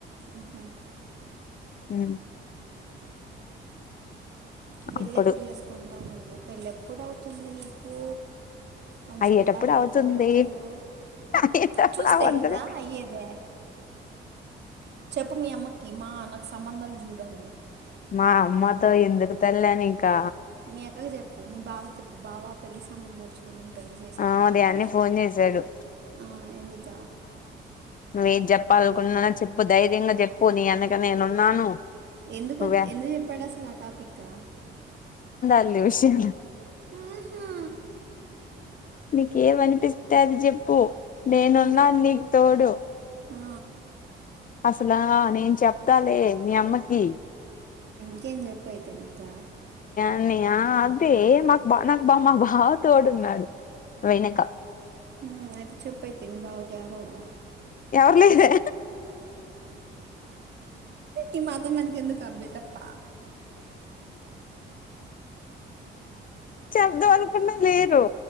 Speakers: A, on the right (about 60°); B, on the left (about 45°).
A: ఉహు
B: ఉ
A: పెళ్లి
B: అప్పుడు
A: ఎప్పుడు చేసుకుంటావు నువ్వు పెళ్లి ఎప్పుడు అవుతుంది నీకు మంచి
B: అయ్యేటప్పుడు
A: పిల్లాడు యాడ
B: అవుతుంది
A: దొరుకుతాడు
B: అయ్యేటప్పుడు
A: చూస్తే
B: అవ్వదులే
A: కదా అయ్యేదే చెప్పు మీ అమ్మకి మా నాకు సంబంధాలు చూడని
B: మా అమ్మతో ఎందుకు తల్లే నీకు
A: మీ అక్కకి చెప్పు మీ బావకు చెప్పు బావ పెళ్లి సంబంధాలు చూడు పెళ్లి చేసుకుంటాను
B: ఆ ఉదయాన్నే ఫోన్ చేసాడు
A: ఆ ఎందుక
B: నువ్వేం చెప్పాలకున్నా చెప్పు ధైర్యంగా చెప్పు నీ ఎనక నేనున్నాను
A: ఎందుకు
B: నువ్వే
A: ఎందుకు చెప్పాడు అసలు ఆ టాపిక్
B: అ విషయ
A: ఆహా
B: మీకు ఏం అనిపిస్తే అది చెప్పు నేనున్నాను
A: ఆ,
B: నీకు తోడు
A: ఆ,
B: అసలా నేను చెప్తాలే మీ అమ్మకి
A: ఇకెంది చెపైతేమీకా
B: అన్న్య అదే మాకు బా నాకు మా బావ తోడున్నాడు వెనుక
A: మ్ అయితే చెపైతే మీ బావాకి ఎవరో గుడా
B: ఎవరు లేరే
A: ఈ మాత్రం దానికి ఎందుకు ఆ బిల్డప్ప
B: చెప్తాం అనుకున్న లేరు